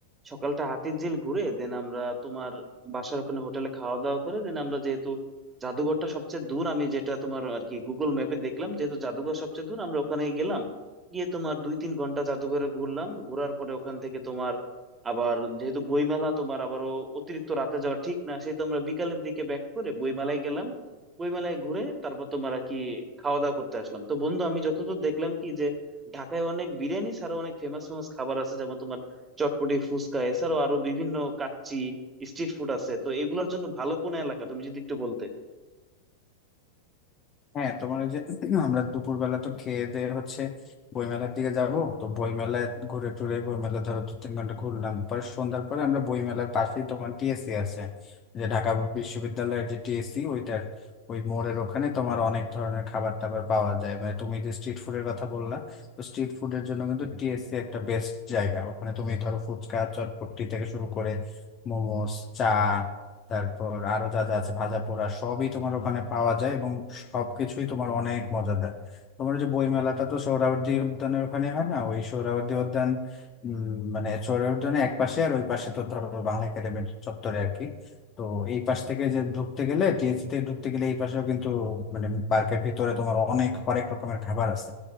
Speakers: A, on the right (about 15°); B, on the left (about 30°).
A: সকালটা হাতিরঝিল ঘুরে দেন আমরা তোমার বাসার ওখানে হোটেলে খাওয়া দাওয়া করে দেন আমরা যেহেতু জাদুঘরটা সবচেয়ে দূর আমি যেটা তোমার আর কি গুগল ম্যাপে দেখলাম যেহেতু জাদুঘর সবচেয়ে দূর আমরা ওখানে গেলাম গিয়ে তোমার দুই তিন ঘন্টা জাদুঘরে ঘুরলাম ঘোরার পরে ওখান থেকে তোমার আবার যেহেতু বইমেলা তোমার আবারও অতিরিক্ত রাতে যাওয়া ঠিক না সেই তো আমরা বিকালের দিকে ব্যাক করে বইমেলায় গেলাম বইমেলায় ঘুরে তারপর তোমার আর কি খাওয়া দাওয়া করতে আসলাম তো বন্ধু আমি যতদূর দেখলাম কি যে ঢাকায় অনেক বিরিয়ানি ছাড়াও অনেক ফেমাস ফেমাস খাবার আছে যেমন তোমার চটপটি ফুচকা এছাড়াও আরো বিভিন্ন কাচ্চি স্ট্রিট ফুড আছে তো এগুলোর জন্য ভালো কোন এলাকা তুমি যদি একটু বলতে
B: হ্যাঁ তোমার ওই যে <clears throat> আমরা দুপুরবেলা তো খেয়ে দেয়ে হচ্ছে বইমেলার দিকে যাব তো বইমেলায় ঘুরে টুরে বইমেলা ধরো দু তিন ঘন্টা ঘুরলাম পরে সন্ধ্যার পরে আমরা বইমেলার পাশেই তোমার টিএসসি আছে যে ঢাকা বিশ্ববিদ্যালয়ের যে টিএসসি ওইটার ওই মোড়ের ওখানে তোমার অনেক ধরনের খাবার টাবার পাওয়া যায় মানে তুমি যে স্ট্রিট ফুডের কথা বললা তো স্ট্রিট ফুডের জন্য কিন্তু টিএসসি একটা বেস্ট জায়গা ওখানে তুমি ধরো ফুচকা চটপটি থেকে শুরু করে মোমোস চা তারপর আরো যা যা আছে ভাজা পোড়া সবই তোমার ওখানে পাওয়া যায় এবং সবকিছুই তোমার অনেক মজাদার তোমার ওই যে বই মেলাটা তো সোহরাওয়ার্দী উদ্যানের ওখানে হয় না ওই সোহরাওয়ার্দী উদ্যান উম, মানে সোহরাওয়ার্দী উদ্যানের এক পাশে আর ওই পাশে তো ধরো বাংলা একাডেমির চত্বরে আর কি তো এই পাশ থেকে যে ঢুকতে গেলে টিএসসি থেকে ঢুকতে গেলে এই পাশেও কিন্তু মানে পার্কের ভিতরে তোমার অনেক হরেক রকমের খাবার আছে